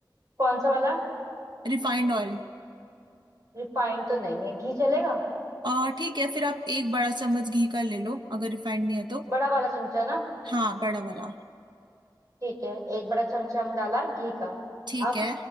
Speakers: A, on the right; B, on the right.
A: कौन सा वाला
B: Refined oil
A: रिफाइंड तो नहीं है घी चलेगा
B: और ठीक है फिर आप एक बड़ा चम्मच घी का ले लो अगर रिफाइंड नहीं है तो
A: बड़ा वाला चमचा ना
B: हाँ बड़ा वाला
A: ठीक है एक बड़ा चमचा हमने डाला घी का
B: ठीक
A: अब
B: है